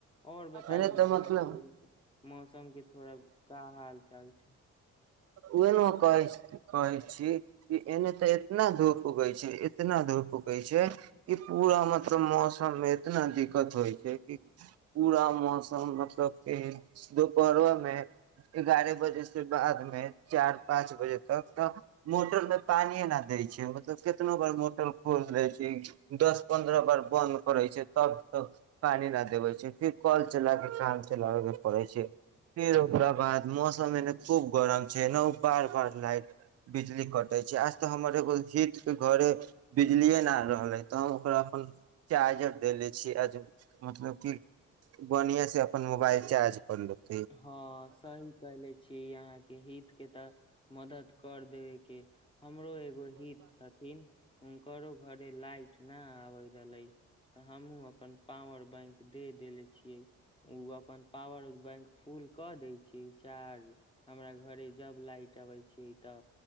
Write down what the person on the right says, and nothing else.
एने
तऽ
मतलब
ओहना कहै कहै छी कि एने तऽ इतना धूप उगै छै इतना धूप उगै छै कि पूरा मतलब मौसममे इतना दिक्कत होइ छै कि पूरा मौसम मतलब क दुपहरोमे एगारह बजे से बादमे चार पाँच बजे तक तऽ मोटर मे पानि न देय छै मतलब कितनो बार मोटर खोल देै छै दस पन्द्रह बार बन्द करे छै तब त पानी न देबे छै फिर कल चला के काम चलाबे के पड़े छै फिर ओकरा बाद मौसम एने खूब गरम छै ओ बार बार लाइट बिजली कटै छै आज तऽ हमर एगो हटके घरे बिजलिए नहि आ रहलै तऽ हम ओकरा अपन चार्जर देले छीियै आज मतलब कि बढ़िआँसँ अपन मोबाइल चार्ज करलहु